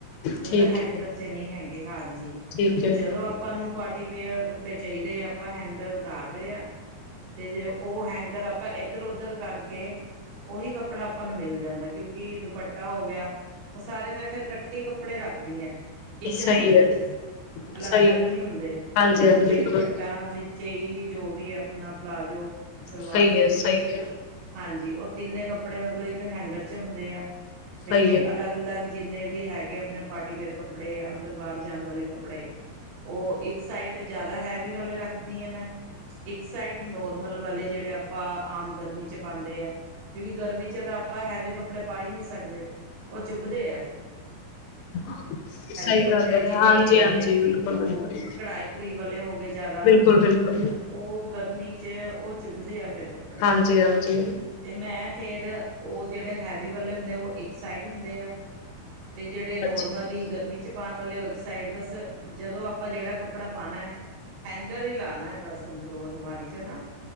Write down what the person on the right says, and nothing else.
ਮਤਲਬ
ਹੈਂਗਰ
ਚ ਨਹੀਂ ਹੈਗੇ ਹਾਂਜੀ
ਤੇ
ਜਦੋਂ ਆਪਾਂ ਨੂੰ ਪਾਰਟੀ ਵਅਰ ਕੱਪੜੇ ਚਾਹੀਦੇ ਆ ਆਪਾਂ ਹੈਂਗਰ ਉਤਾਰਦੇ ਆ ਤੇ ਜੇ ਉਹ ਹੈਂਗਰ ਆਪਾਂ ਇੱਧਰ ਉੱਧਰ ਕਰਕੇ ਉਹੀ ਕੱਪੜਾ ਆਪਾਂ ਨੂੰ ਮਿਲ ਜਾਂਦਾ ਕਿਉਂਕਿ ਦੁਪੱਟਾ ਹੋ ਗਿਆ ਉਹ ਸਾਰੇ ਮੈਂ ਫਿਰ ਇਕੱਠੇ ਕੱਪੜੇ ਰੱਖਦੀ ਹਾਂ ਇੱਕ
ਹੈਂਗਰ
' ਅਲੱਗ
ਅਲੱਗ
ਨਹੀਂ ਹੁੰਦੇ
ਵਿੱਚੇ
ਦੁਪੱਟਾ ਚਈ ਜੋ ਵੀ ਹੈ ਆਪਣਾ ਪਲਾਜ਼ੋ ਸਲਵਾਰ
ਸਲੂਰ
ਹਾਂਜੀ ਉ ਤਿੰਨੇ ਕੱਪੜੇ ਮਤਲਬ ਇੱਕ ਹੈਂਗਰ ਚ ਹੁੰਦੇ ਆ ਤੇ
ਅਲੱਗ ਅਲੱਗ ਜਿੰਨੇ ਵੀ ਹੈਗੇ ਆਪਣੇ ਪਾਰਟੀਵੇਅਰ ਕੱਪੜੇ ਅੰਦਰ ਬਾਹਰ ਜਾਣ ਵਾਲੇ ਕੱਪੜੇ ਉਹ ਇੱਕ ਸਾਈਡ ਜ਼ਿਆਦਾ ਹੈਵੀ ਵਾਲੇ ਰੱਖਦੀ ਹ ਮੈਂ ਇੱਕ ਸਾਈਡ ਨੋਰਮਲ ਵਾਲੇ ਜਿਹੜੇ ਆਪਾਂ ਆਮ ਗਰਮੀ 'ਚ ਪਾਉਂਦੇ ਹੈ ਕਿਉਂਕਿ ਗਰਮੀ ' ਤਾਂ ਆਪਾਂ ਹੈਵੀ ਕੱਪੜੇ ਪਾ ਹੀ ਨਹੀਂ ਸਕਦੇ ਉਹ ਚੁੱਭਦੇ ਹੈ
ਕੱਪੜੇ
ਜਿਵੇਂ
ਉਹ
ਕਢਾਈ ਕਢੂਈ ਵਾਲੇ ਹੋ ਗਏ ਜ਼ਿਆਦਾ
ਉਹ ਗਰਮੀ ਚ ਉਹ ਚੁੱਭਦੇ ਆ ਫੇਿਰ ਕੱਪੜੇ
ਤੇ ਮੈਂ ਫੇਰ ਉਹ ਜਿਹੜੇ ਹੈਵੀ ਵਾਲੇ ਹੁੰਦੇ ਆ ਉਹ ਇੱਕ ਸਾਈਡ ਹੁੰਦੇ ਆ ਤੇ ਜਿਹੜੇ ਨੋਰਮਲੀ,
ਗਰਮੀ ਚ ਪਾਉਣ ਵਾਲੇ, ਉਹ ਇੱਕ ਸਾਈਡ, ਬਸ ਜਦੋਂ ਆਪਾਂ ਜਿਹੜਾ ਕੱਪੜਾ ਪਾਉਣਾ ਹੈ। ਹੈਂਗਰ ਹੀ ਲਾਣਾ ਹੈ। ਬਸ ਅੰਦਰੋਂ ਅਲਮਾਰੀ ਚੋ ਨਾ,